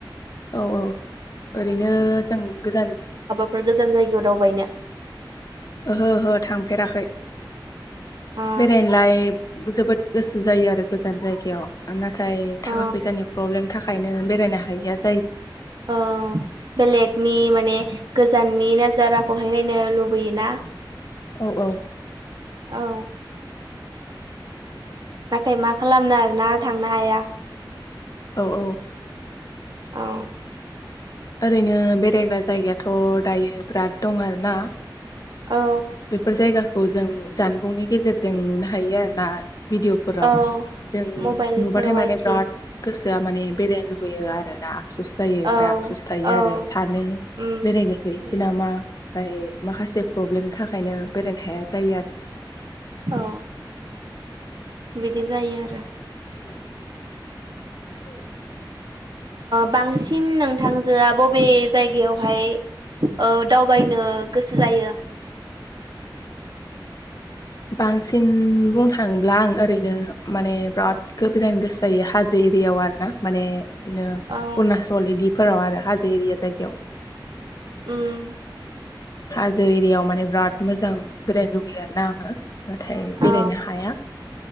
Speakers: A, on the left; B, on the right.
A: औ औ ओरैनो जों गोजान
B: बेफोर गोजान जायगायाव दावबायनो
A: ओहो ओहो थांफेराखै
B: औ
A: बेरायनोलाय जोबोद गोसो जायो आरो गोजान जायगायाव नाथाय
B: औ
A: थाखा फैसानि प्रब्लेम था थाखायनो बेरायनो हायो आरो।
B: अ बेलेगनि माने गोजाननि नाजाराखौहाय नायनो लुबैयोना।
A: औ औ।
B: औ। नाथाय मा खालामनो आरोना थांनो हाया
A: औ औ।
B: औ।
A: ओरैनो बेरायग्रा जायगायाथ' दायो बिराद दं आरोना
B: औ
A: बेफोर जायगाखौ जों जानबुंनि गेजेरजों नुनो हायो आरो ना भिदिअफोराव
B: औ
A: जों
B: मबाइलफोराव
A: नुबाथाय माने
B: आरोखि
A: बिराद गोसो गोसोआ माने बेरायनो लुुबैयो आरोना आफसुस जायो ओमफ्राय
B: औ
A: आफसुस थायो
B: औ
A: आरो सानो
B: उम
A: बेरायगारहैसै
B: उम
A: नामा ओमफ्रार माखासे प्रब्लेमनि थाखाय ओंखायनो बेरायनो हाया जायो आरो
B: औ बिदि जायो आरो बांसिन नोंथांजोआ बबे जायगायावहाय औ दावबायनो गोसो जायो
A: बांसिन बुंनो थाङोब्ला आं ओरैनो माने बिराद गो ब्रायनो गोसो जायो हाजो एरियाायाव आरोना माने बिदिनो
B: औ
A: अरुणाचल बिदि फोराव आरो हाजो एरिया जायगायाव
B: उम
A: हाजो एरियायाव माने बिराद मोजां बेरायनो लुगैयो आरोना आङो। नाथाय
B: औ
A: बेरायनो हाया